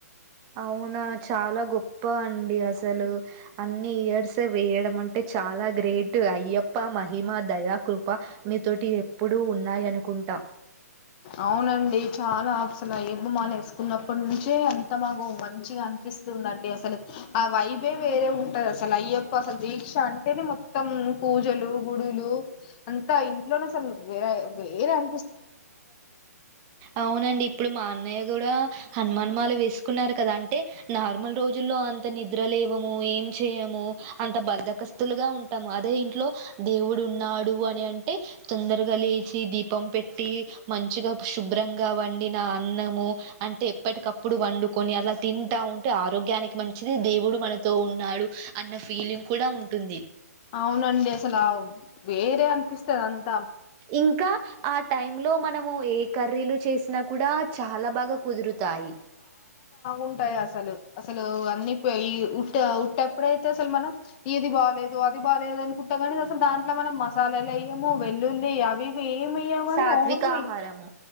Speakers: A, on the right; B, on the left.
A: అవునా చాలా గొప్ప అండి అసలు అన్ని ఇయర్సే వేయడం అంటే అంటే చాలా గ్రేట్ అయ్యప్ య్యప్ప మహిమ దయా కృప మీతోటి ఎప్పుడూ ఉన్నాయనుకుంటా
B: అవునండి చాలా అసలు అయ్యప్పమాల వేసుకున్నప్పటి నుంచే అంత మాకు మంచిగా అనిపిస్తుందండి అసలు ఆ వైబే వేరే ఉంటది అసలు అయ్యప్ప అసలు దీక్ష అంటేనే మొత్తం పూజలు గుడులు అంతా ఇంట్లోనే అసలు వేరే వేరే అ
A: అవునండి ఇప్పుడు మా అన్నయ్య కూడా హనుమాన్ మాల వేసుకున్నారు కదా అంటే నార్మల్ రోజుల్లో అంత నిద్రలేవమ్ ఏం చేయము అంత బద్దకస్తులుగా ఉంటాము అదే ఇంట్లో దేవుడు ఉన్నాడు అని అంటే తొందరగా లేచి దీ పంపెట్ ట్టి మంచిగా శుభ్రం గా వండి వండిన అన్నము అంటే ఎప్పటికప్పుడు వండుకొని అలా తింటా ఉంటే ఆరోగ్యానికి మంచిది దేవుడు మనతో ఉన్నాడు అన్న ఫీలింగ్ కూడా ఉంటుంది
B: అవునండి అసలు వేరే అనిపిస్తుంది అంత
A: ఇంకా ఆ టైమ్ లో మనము ఏ కర్రీలు చేసి ణ కూడా చాలా బాగా కుదురుతాయి.
B: ఉంటాయి అసలు అసలు అన్ని పఈ ఉట్ట ఉట్టేప్పుడ అయితే అసలు మనం ఇది బాోలేదు అది బాలేదు అనుకుంటా కానీ అసలు దాంట్లో మనం మసాలాలు వెయ్యము వెల్లుల్లి అవివి <unintelligible>
A: సాత్విక ఆహారము